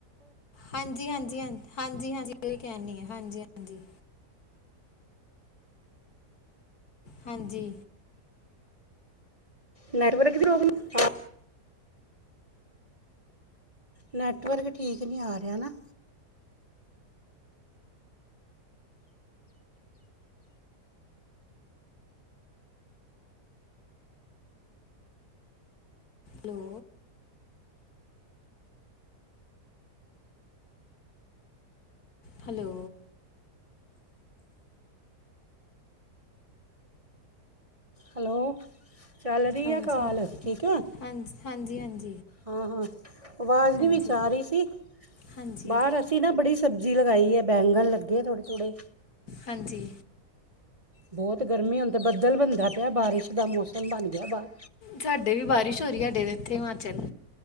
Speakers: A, on the left; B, on the right.
A: ਹਾਂਜੀ-ਹਾਂਜੀ ਹ ਹਾਂਜੀ-ਹਾਂਜੀ ਉਹੀ ਕਹਿਣੀ ਆ ਹਾਂਜੀ-ਹਾਂਜੀ। ਹਾਂਜੀ।
B: ਨੈਟ ਵਰਕ ਦੀ ਪਰੋਬਲਮ- ਨੈੱਟਵਰਕ ਠੀਕ ਨਹੀਂ ਆ ਰਿਹਾ ਨਾ-
A: ਹੈਲੋ ਹੈਲੋ
B: ਹੈਲੋ ਚੱਲ ਰਹੀ
A: ਹਾਂਜੀ
B: ਹੈ ਕਾਲ ਠੀਕ ਹੈ।
A: ਹਾਂਜੀ ਹਾਂਜੀ ਹਾਂਜੀ
B: ਹਾਂ ਹਾਂ ਆਵਾਜ਼
A: ਹਾਂਜੀ
B: ਨੀ ਵਿਚ ਆ ਰਹੀ ਸੀ।
A: ਹਾਂਜੀ
B: ਬਾਹਰ ਅਸੀਂ ਨਾ ਬੜੀ ਸਬਜ਼ੀ ਲਗਾਈ ਹੈ ਬੈਗਣ ਲੱਗੇ ਥੋੜੇ ਥੋੜੇ।
A: ਹਾਂਜੀ
B: ਬਹੁਤ ਗਰਮੀ ਹੁੰਦੀ ਤੇ ਬੱਦਲ ਬਣਦਾ ਪਿਆ ਬਾਰਿਸ਼ ਦਾ ਮੌਸਮ ਬਣ ਗਿਆ ਬਾਹਰ।
A: ਸਾਡੇ ਵੀ ਬਾਰਿਸ਼ ਹੋ ਰਹੀ ਸਾਡੇ ਇੱਥੇ ਹਿਮਾਚਲ।